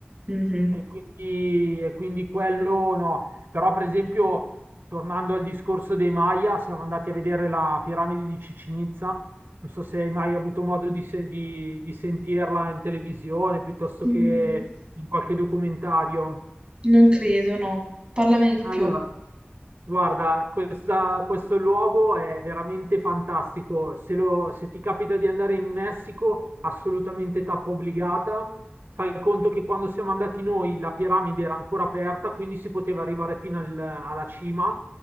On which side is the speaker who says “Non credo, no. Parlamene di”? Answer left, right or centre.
Right